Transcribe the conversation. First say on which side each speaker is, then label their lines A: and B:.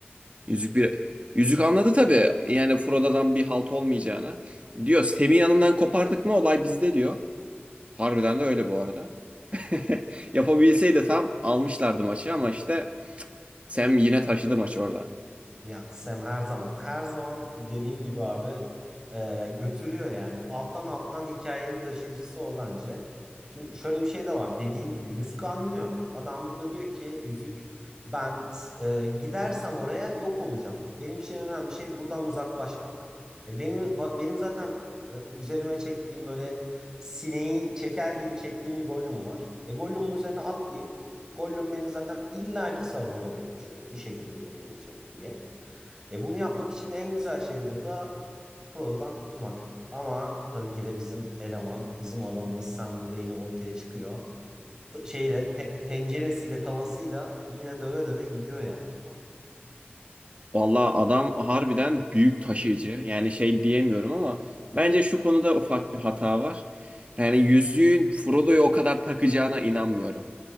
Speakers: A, on the right (about 30°); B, on the right (about 15°).
A: Yüzük bir Yüzük anladı tabii. Yani Frodo'dan bir halt olmayacağını. Diyor Sem'i yanından kopardık mı olay bizde diyor. Harbiden de öyle bu arada. <laughs> Yapabilseydi tam almışlardı maçı ama işte Sam yine taşıdı maçı orada.
B: Ya Sam her zaman her zaman dediğim gibi abi e, götürüyor yani. Alttan alttan hikayenin taşıyıcısı o bence. Şimdi şöyle bir şey de var. Dediğin gibi yüzük anlıyor. Adam burada diyor ki yüzük ben e, gidersem oraya yok olacağım. Benim için en önemli şey buradan uzaklaşmak. E, benim ba- benim zaten e, üzerime çektiğim böyle sineği çeker gibi çektiğim bir Gollum var. E Gollum'un üzerine atlayayım. Gollum beni zaten illaki Sauron'a götürecek. Bir şekilde yolunu bulacak diye. E bunu yapmak için de en güzel şey burada Frodo'dan kurtulmak. Ama tabii ki de bizim eleman, bizim adamımız Sam burada yine ortaya çıkıyor. T- şeyle pe- tenceresiyle, tavasıyla yine döve döve gidiyor yani adam.
A: Vallahi adam harbiden büyük taşıyıcı. Yani şey diyemiyorum ama bence şu konuda ufak bir hata var. Yani yüzüğün Frodo'yu o kadar takacağına inanmıyorum.